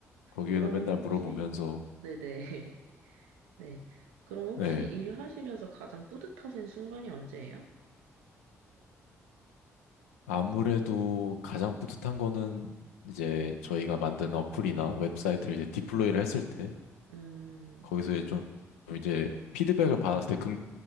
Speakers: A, on the left (about 75°); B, on the right (about 70°).
A: 거기에도
B: 그러면
A: 맨날
B: 혹시,
A: 물어보면서
B: 네네, <laughs> 네. 그럼 혹시
A: 네.
B: 일하시면서 가장 뿌듯하신 순간이 언제예요?
A: 아무래도 가장 뿌듯한 거는 이제
B: 네.
A: 저희가 만든 어플이나 웹사이트를 이제 디플로이를 했을 때
B: 음,
A: 거기서 이제 좀 이제 피드백을 받았을 때